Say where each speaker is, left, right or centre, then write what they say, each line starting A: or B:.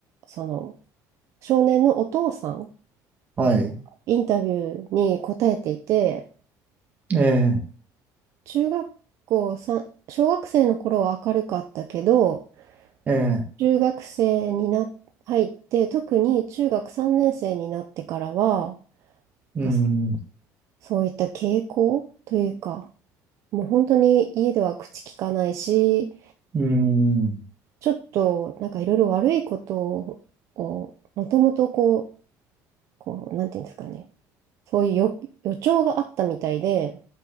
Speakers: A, on the right; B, on the right.
A: その、少年のお父さん、
B: はい。
A: インタビューに答えていて、
B: ええ、
A: 中学校さん小学生の頃は明るかったけど、
B: ええ、
A: 中学生にな、入って、特に中学3年生になってからは、
B: うーん、
A: なんかそそういった傾向というか、もう本当に家では口聞かないし、
B: うーん、
A: ちょっとなんかいろいろ悪いことを、もともとこう、こう、なんていうんですかね、そういう予、予兆があったみたいで、